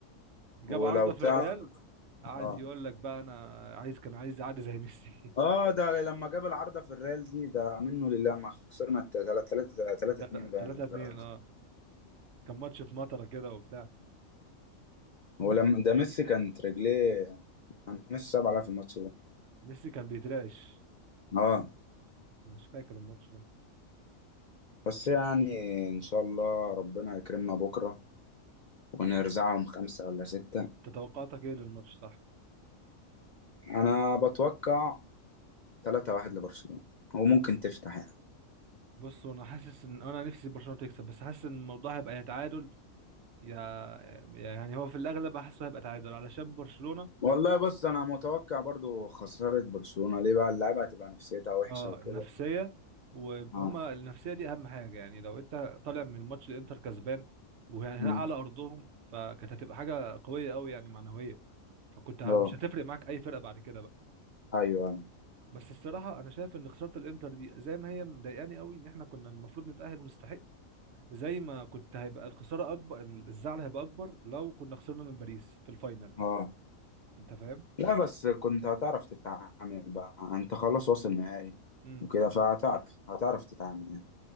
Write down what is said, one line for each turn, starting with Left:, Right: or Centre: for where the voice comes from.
Right: جاب
Left: ولو
Right: عارضة
Left: تعرف
Right: في الريال قعد
Left: اه
Right: يقول لك بقى انا عايز كان عايز اعدي زي ميسي
Left: اه ده لما جاب العارضة في الريال دي ده منه لله ما خسرنا 3 3 3
Right: تلاتة
Left: 2 باين
Right: تلاتة
Left: او 3
Right: اتنين اه كان ماتش في مطرة كده وبتاع
Left: ولما ده ميسي كانت رجليه كان ميسي صعب عليها في الماتش ده
Right: ميسي كان بيترعش
Left: اه
Right: مش فاكر الماتش ده
Left: بس يعني ان شاء الله ربنا يكرمنا بكرة ونرزعهم خمسة ولا ستة
Right: انت توقعاتك ايه للماتش صح
Left: انا بتوقع 3 1 لبرشلونة وممكن تفتح يعني
Right: بص وانا حاسس ان انا نفسي برشلونة تكسب بس حاسس ان الموضوع هيبقى يا تعادل يا يعني هو في الاغلب حاسه هيبقى تعادل علشان برشلونة
Left: والله بص انا متوقع برضو خسارة برشلونة ليه بقى اللعيبة هتبقى نفسيتها وحشة
Right: اه
Left: وكده
Right: النفسية وهما
Left: اه
Right: النفسية دي اهم حاجة يعني لو انت طالع من ماتش الانتر كسبان وهنا
Left: مم.
Right: على ارضهم فكانت هتبقى حاجة قوية قوي يعني معنوية فكنت ه-
Left: اه
Right: مش هتفرق معاك اي فرقة بعد كده بقى
Left: ايوه ايوه
Right: بس الصراحة أنا شايف إن خسارة الإنتر دي زي ما هي مضايقاني قوي إن إحنا كنا المفروض نتأهل ونستحق زي ما كنت هيبقى الخسارة أكبر الزعل هيبقى أكبر لو كنا خسرنا من باريس في الفاينل
Left: اه
Right: أنت فاهم؟
Left: لا بس كنت هتعرف تتعامل بقى انت خلاص واصل نهائي
Right: امم
Left: وكده فهتعرف هتعرف تتعامل يعني